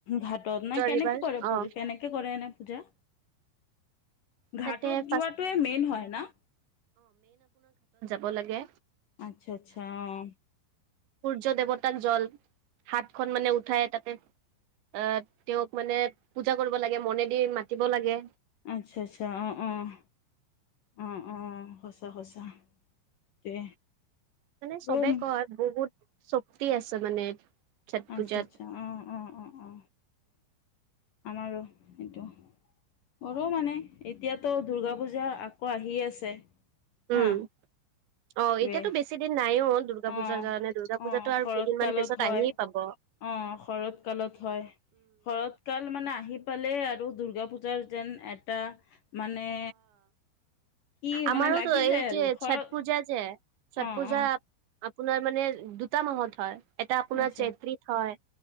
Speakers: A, on the left (about 60°); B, on the right (about 70°).
A: ঘাটত নাই কেনেকে
B: ৰিভাৰ
A: কৰে
B: অ
A: প কেনেকে কৰে এনে পূজা
B: তাতে
A: ঘাাটত
B: ফাৰ্ষ্ট
A: যোৱাটোে মেইন হয় ন
B: ব'লাগে
A: আচ্ছা আচ্ছা অ
B: সূৰ্য দেৱতাক জল হাতখন মানে উঠাই তাতে আহ তেওঁক মানে পূজা কৰিব লাগে মনে দি মাতিব লাগে
A: আচ্ছা আচ্ছা অঁ অঁ অ অঁ সঁচা সচা তে
B: মানে চবে
A: ৰুম
B: কয় বহুত শক্তি আছে মানে ছট
A: আচ্ছা
B: পূজাত
A: আচ্ছা অ অ অ অ আমাৰো এইটো কৰৰু মানে এতিয়াতো দুূৰ্গা পূজা আকৌ আহিয়ে আছে হা
B: উম অ
A: টোৱে
B: এতিয়াতো বেছি দিন নাইও দুৰ্গা
A: অ',
B: পূজাৰ কাৰণে দ দুৰ্গা
A: অ',
B: পূজাতটো আৰু
A: শৰৎ
B: কেইদিনমান
A: কালত
B: পিছত
A: হয়।
B: আহিয়ে পাব
A: অ শৰৎ কালত হয় শৰৎ কাল মানে আহি পালে আৰু দুূৰ্গা পুজা জাৰ যেন এটা মানে কি
B: আমাৰটো
A: মানে লাগি
B: এই
A: যায় আৰু
B: যে
A: শৰৎ
B: ছঠ পূজা যে
A: অ',
B: ছঠ পূজা
A: অ',
B: আপোনাৰ মানে দুটা মাহত হয় এটা আপোনাৰ
A: আচ্ছা,
B: চৈত্ৰীত হয়